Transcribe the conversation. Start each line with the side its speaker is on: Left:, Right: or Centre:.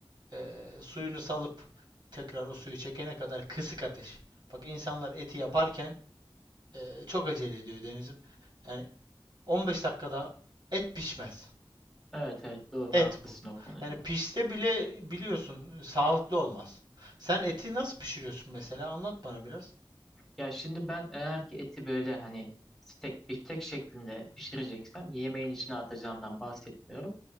Right: ee, suyunu salıp tekrar o suyu çekene kadar kısık ateş. Bak insanlar eti yaparken e, çok acele ediyor Deniz'im. Yani 15 dakikada et pişmez.
Centre: Evet evet doğru
Right: Et
Centre: haklısın
Right: bu.
Centre: o konuda.
Right: Yani pişse bile biliyorsun sağlıklı olmaz. Sen eti nasıl pişiriyorsun mesela? Anlat bana biraz.
Centre: Ya şimdi ben eğer ki eti böyle hani steak, biftek şeklinde pişireceksem yemeğin içine atacağımdan bahsetmiyorum.